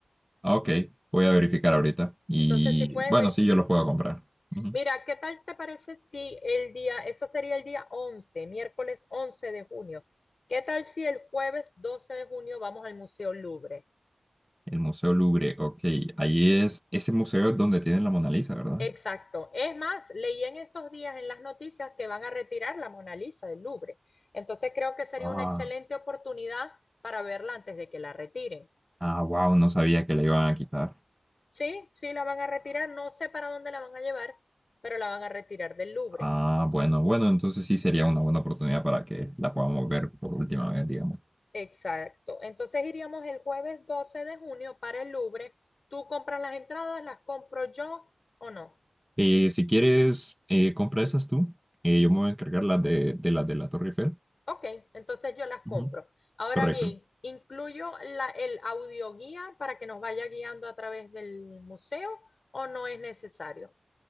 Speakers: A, in the centre; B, on the left.
A: Ah, ok, voy a verificar ahorita. Y
B: Entonces, si puedes
A: bueno,
B: verificar.
A: sí, yo los puedo comprar. Ujú.
B: Mira, ¿qué tal te parece si el día, eso sería el día 11, miércoles 11 de junio? ¿Qué tal si el jueves 12 de junio vamos al Museo Louvre?
A: El Museo Louvre, ok. Ahí es, ese museo es donde tienen la Mona Lisa, ¿verdad?
B: Exacto. Es más, leí en estos días en las noticias que van a retirar la Mona Lisa del Louvre. Entonces creo que sería
A: Ah,
B: una excelente oportunidad para verla antes de que la retiren.
A: ah, wow, no sabía que la iban a quitar.
B: Sí, sí, la van a retirar. No sé para dónde la van a llevar, pero la van a retirar del Louvre.
A: Ah, bueno, bueno, entonces sí sería una buena oportunidad para que la podamos ver por última vez, digamos.
B: Exacto. Entonces iríamos el jueves 12 de junio para el Louvre. ¿Tú compras las entradas? ¿Las compro yo o no?
A: Eh, si quieres, eh, compra esas tú. Eh, yo me voy a encargar las de, de las de la Torre Eiffel.
B: Ok, entonces yo las compro.
A: Ujú.
B: Ahora
A: Correcto.
B: bien, ¿incluyo la, el audioguía para que nos vaya guiando a través del museo o no es necesario?